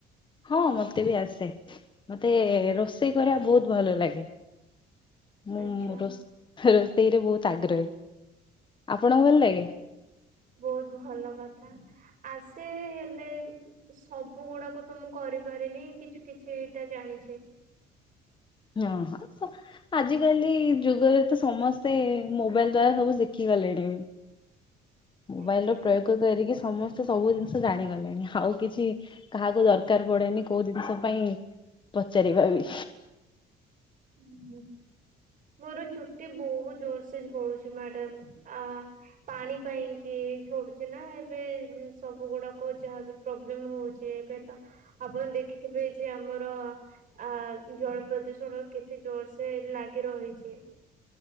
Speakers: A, on the left; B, on the right.
A: ହଁ ମୋତେ ବି ଆସେ। ମୋତେ ରୋଷେଇ କରିବା ବହୁତ ଭଲ ଲାଗେ। ମୁଁ
B: ଆଚ୍ଛା
A: ରୋଷେଇରେ ବହୁତ ଆଗ୍ରହୀ। ଆପଣଙ୍କୁ ଭଲ ଲାଗେ?
B: ବହୁତ ଭଲ କଥା, ଆସେ ହେଲେ ଏ ସବୁ ଗୁଡାକ ତ ମୁଁ କରିପାରେନି କିଛି କିଛିଟା ଜାଣିଛି।
A: ହଁ ହଁ ତ ଆଜିକାଲି ଯୁଗରେ ତ ସମସ୍ତେ ମୋବାଇଲ୍ ଦ୍ଵାରା ସବୁ ଶିଖିଗଲେଣି। ମୋବାଇଲ୍
B: ଆଜ୍ଞା
A: ର ପ୍ରୟୋଗ କରିକି ସମସ୍ ସେ ସବୁ ଜିନିଷ ଜାଣିଗଲେଣି। ଆଉ କିଛି କାହାକୁ ଦରକାର ପଡେନି କୋଉ ଜିନିଷ ପାଇଁ ପଚାରିବା ବି।
B: ଉଁ, ହୁଁ। ମୋର ଚୁଟି ବହୁତ ଜୋର ସେ ଝଡୁଛି ମ୍ୟାଡାମ୍। ଆ ପାଣି ପାଇଁ କିି ଝଡୁଛି ନା ଏବେ ଉଁ, ସବୁ ଗୁଡାକ ଯାହା ବି ପ୍ରୋବ୍ଲେମ୍ ହଉଛି ଏବେ ତ ଆପଣ ଦେଖିଥିବେ ଯେ ଆମର ଆ ଉଁ, ଜଳ ପ୍ରଦୂଷଣ କେତେ ଜୋରସେ ଲାଗି ରହିଛି?